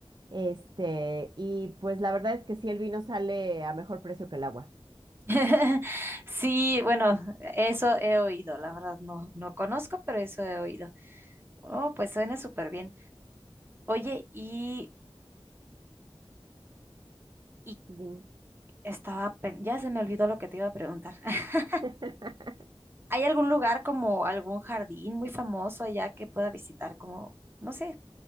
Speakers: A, on the right; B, on the right.
A: Este, y pues la verdad es que sí, el vino sale a mejor precio que el agua.
B: <laughs> Sí, bueno, eso he oído, la verdad no, no conozco, pero eso he oído. Oh, pues suena súper bien. Oye, y, y
A: Dime.
B: estaba, pen- ya se me olvidó lo que te iba a preguntar. <laughs>
A: <laughs>
B: ¿Hay algún lugar como algún jardín muy famoso allá que pueda visitar como, no sé,